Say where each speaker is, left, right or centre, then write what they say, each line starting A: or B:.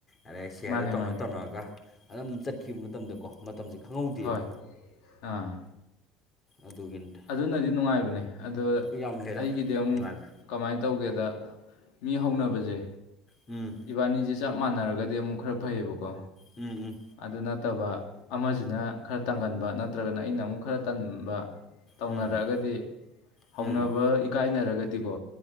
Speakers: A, on the left (about 30°); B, on the left (about 75°).
A: ꯑꯗꯩ ꯁꯤꯌꯥꯔꯗꯣ
B: ꯃꯥꯅꯦ
A: ꯇꯧꯅ
B: ꯃꯥꯅꯦ
A: ꯇꯧꯅꯔꯒ ꯑꯗꯨꯝ ꯆꯠꯈꯤꯕ ꯃꯇꯝꯗꯀꯣ ꯃꯇꯝꯖꯦ ꯈꯪꯍꯧꯗꯦꯕ
B: ꯍꯣꯏ ꯑꯥ
A: ꯑꯗꯨꯒꯤꯅꯤꯗ
B: ꯑꯗꯨꯅꯗꯤ ꯅꯨꯡꯉꯥꯏꯕꯅꯦ ꯑꯗꯣ
A: ꯌꯥꯝ ꯍꯦꯜꯂꯦ
B: ꯑꯩꯒꯤꯗꯤ ꯑꯃꯨꯛ
A: ꯅꯨꯡꯉꯥꯏꯕ
B: ꯀꯃꯥꯏ ꯇꯧꯒꯦꯗ ꯃꯤ ꯍꯧꯅꯕꯖꯦ
A: ꯎꯝ
B: ꯏꯕꯥꯅꯤꯖꯦ ꯆꯞ ꯃꯥꯟꯅꯔꯒꯗꯤ ꯑꯃꯨꯛ ꯈꯔ ꯐꯩꯕꯀꯣ
A: ꯎꯝ ꯎꯝ
B: ꯑꯗꯨ ꯅꯠꯇꯕ ꯑꯃꯖꯤꯅ ꯈꯔ ꯇꯪꯒꯟꯕ ꯅꯠꯇ꯭ꯔꯒꯅ ꯑꯩꯅ ꯑꯃꯨꯛ ꯈꯔ ꯇꯟꯕ ꯇꯧꯅꯔꯛꯑꯒꯗꯤ
A: ꯎꯝ ꯎꯝ
B: ꯍꯧꯅꯕ
A: ꯎꯝ
B: ꯏꯀꯥꯏꯅꯔꯒꯗꯤꯀꯣ